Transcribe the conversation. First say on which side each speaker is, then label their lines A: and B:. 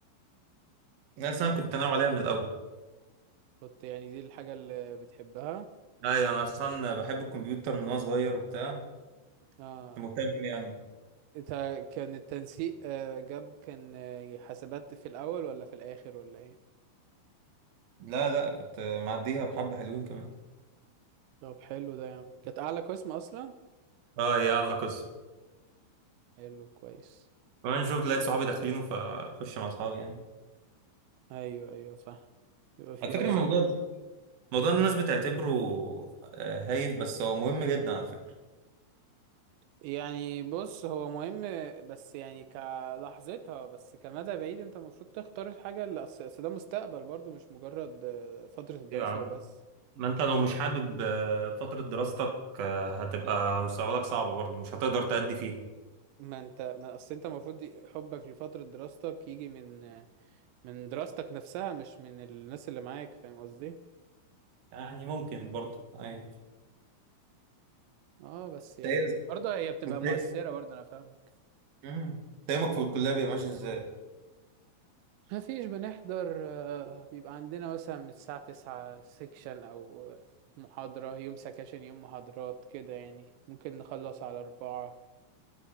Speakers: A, on the right; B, on the right.
A: أنا اصلا كنت ناوي عليها من الاول
B: كنت يعني دي الحاجة اللي بتحبها
A: ايوه انا اصلا بحب الكمبيوتر من وانا صغير وبتاع
B: اه
A: كنت مهتم يعني
B: انت كان التنسيق آه، جاب كان آه، حاسبات في الاول ولا في الاخر ولا ايه
A: لا لا كنت معديها بحبة حلوين كمان
B: طب حلو ده يا عم كانت اعلى قسم اصلا
A: اه يا الله قصة
B: حلو كويس
A: كمان شفت لقيت صحابي داخلينه فخش مع اصحابي يعني
B: ايوه ايوه صح يبقى فيها
A: على فكرة
B: برضو
A: الموضوع
B: جزء
A: ده
B: كده
A: موضوع الناس بتعتبره آه، هايف بس هو مهم جدا على فكرة
B: يعني بص هو مهم بس يعني كلحظتها بس كمدى بعيد انت المفروض تختار الحاجة اللي اصل أصل ده مستقبل برضو مش مجرد آه، فترة الدراسة
A: ايوه يا عم
B: وبس
A: ما انت لو مش حابب آه، فترة دراستك آه، هتبقى مستقبلك صعب برضه مش هتقدر تأدي فيها
B: ما انت ما اصل انت المفروض ي- حبك لفترة دراستك يجي من آه، من دراستك نفسها مش من الناس اللي معاك فاهم قصدي؟
A: يعني ممكن برضه ايوه
B: اه بس
A: انت
B: يعني
A: ايه
B: برضه هي بتبقى
A: انت
B: مؤثرة
A: ايه
B: برضه انا فاهمك
A: مم. انت يومك في الكلية بيبقى ماشي ازاي؟
B: ما فيش بنحضر آه، بيبقى عندنا مثلا من الساعة تسعة سيكشن أو محاضرة يوم سكاشن يوم محاضرات كده يعني ممكن نخلص على أربعة